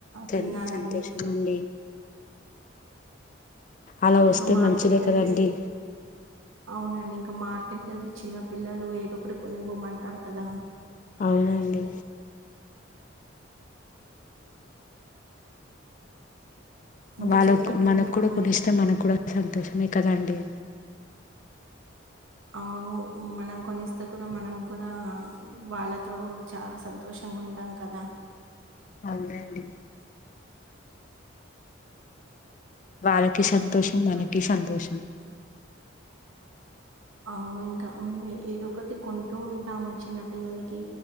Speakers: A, on the left; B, on the right.
A: సరే
B: తిన్నారండి.
A: సంతోషం అండి అలా
B: ఇంగా
A: వస్తే
B: మార్కెట్కి
A: మంచిదే
B: ఎళ్తే
A: కదండి
B: అవునండి ఇంకా మార్కెట్ కి వెళ్తే చిన్న పిల్లలు ఏదో ఒకటి కొనివ్వమ్మంటారు కదా.
A: అవునండి.
B: ఇంకా
A: వాళ్ళకు
B: చెప్పండి
A: మనకు
B: ఇంకా
A: కూడా
B: మరి
A: కొన్నిస్తే మనకు కూడా సంతోషమే కదండి.
B: అవును మనం కొనిస్తే కూడా మనం కూడా వాళ్ళతో చాలా సంతోషం గాఉంటాం కదా.
A: అవునండి. వాళ్ళకి సంతోషం,
B: ఉమ్,
A: మనకి సంతోషం.
B: అవును ఇంకా మేము ఏదో ఒకటి కొంటూ ఉంటాము చిన్న పిల్లలకి,